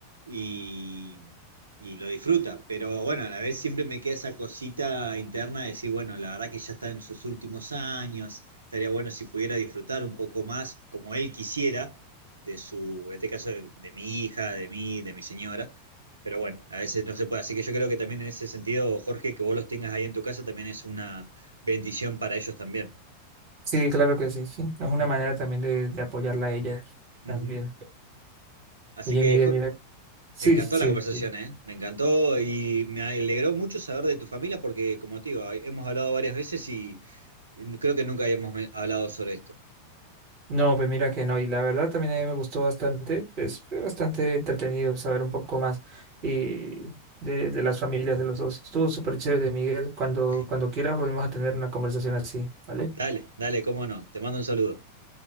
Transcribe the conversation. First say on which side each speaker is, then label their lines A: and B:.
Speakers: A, on the right (about 75°); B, on the right (about 40°).
A: Y, y lo disfruta. Pero bueno, a la vez siempre me queda esa cosita interna de decir, bueno, la verdad que ya está en sus últimos años, Estaría bueno si pudiera disfrutar un poco más, como él quisiera, de su, en este caso, de, de mi hija, de mí, de mi señora. Pero bueno, a veces no se puede. Así que yo creo que también en ese sentido, Jorge, que vos los tengas ahí en tu casa también es una bendición para ellos también.
B: Sí, claro que sí, sí. Es una
A: Mm.
B: manera también de, de apoyarla a ella también.
A: Ujú. Así
B: Oye,
A: que
B: Miguel,
A: jo-
B: mira. Sí,
A: me encantó
B: sí,
A: la conversación,
B: sí.
A: ¿eh? Me encantó y me alegró mucho saber de tu familia porque, como te digo, hemos hablado varias veces y creo que nunca habíamos me- hablado sobre esto.
B: No, pues mira que no, y la verdad también a mí me gustó bastante, es bastante entretenido saber un poco más y de, de las familias de los dos. Estuvo súper chévere, Miguel, cuando,
A: <laughs>
B: cuando quiera volvemos a tener una conversación así, ¿vale?
A: Dale, dale, cómo no. Te mando un saludo.